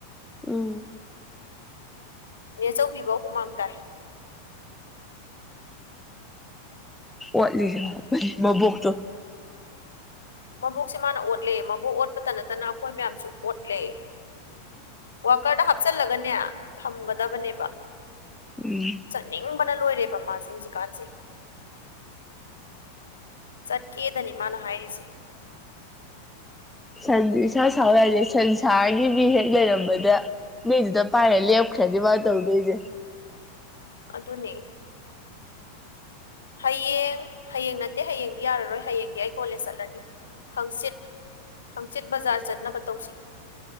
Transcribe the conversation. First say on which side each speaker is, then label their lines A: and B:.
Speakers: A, in the centre; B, on the left.
A: ꯎꯝ
B: ꯅꯦꯆꯧꯕꯤꯕ ꯍꯨꯃꯥꯡ ꯇꯥꯏ
A: ꯑꯣꯠꯂꯤꯖ ꯃꯕꯣꯛꯁꯨ
B: ꯃꯕꯣꯛꯁꯦ ꯃꯥꯅ ꯑꯣꯠꯂꯦ ꯃꯕꯣꯛ ꯑꯣꯠꯄꯇ ꯅꯠꯇꯅ ꯑꯩꯈꯣꯏ ꯃꯌꯥꯝꯁꯨ ꯑꯣꯠꯂꯦ ꯋꯥꯀꯔꯗ ꯍꯥꯞꯆꯤꯜꯂꯒꯅꯦ ꯊꯝꯒꯗꯕꯅꯦꯕ
A: ꯎꯝ
B: ꯆꯅꯤꯡ ꯐꯅ ꯂꯣꯏꯔꯦꯕ ꯃꯥꯁꯦ ꯍꯧꯖꯤꯛꯀꯥꯟꯁꯦ ꯆꯠꯀꯦꯗꯅꯤ ꯃꯥꯅ ꯍꯥꯏꯔꯤꯁꯦ
A: ꯁꯟ ꯏꯁꯥ ꯁꯥꯎꯔꯛꯑꯁꯦ ꯁꯟꯁꯥꯔꯒꯤ ꯃꯤ ꯍꯦꯛ ꯂꯩꯔꯝꯕꯗ ꯕꯤꯖꯗ ꯄꯥꯏꯔ ꯂꯦꯞꯈꯔꯗꯤ ꯋꯥ ꯇꯧꯗꯦꯖꯦ
B: ꯑꯗꯨ ꯑꯗꯨꯅꯦ ꯍꯌꯦꯡ ꯍꯌꯦꯡ ꯅꯠꯇꯦ ꯍꯌꯦꯡꯗꯤ ꯌꯥꯔꯔꯣꯏ ꯍꯌꯦꯡꯗꯤ ꯑꯩ ꯀꯣꯂꯦꯖ ꯆꯠꯂꯅꯤ ꯍꯪꯆꯤꯠ ꯍꯪꯆꯤꯠ ꯕꯖꯥꯔ ꯆꯠꯅꯕ ꯇꯧꯁꯤ